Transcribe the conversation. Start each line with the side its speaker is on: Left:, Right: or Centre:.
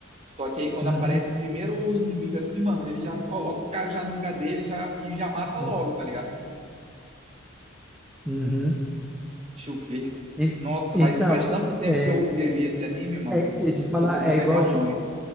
Right: Só que aí quando
Centre: uhum,
Right: aparece o primeiro inimigo assim, mano, ele já coloca o cara já no lugar dele já, e já mata logo,
Centre: uhum.
Right: tá ligado?
Centre: uhum.
Right: Deixa eu ver.
Centre: En-
Right: Nossa,
Centre: Então,
Right: mas faz tanto tempo
Centre: é,
Right: que eu vi eu vi esse anime, mano.
Centre: é, eu ia te falar,
Right: Eu tô tentando
Centre: é igual,
Right: lembrar o
Centre: tipo.
Right: nome.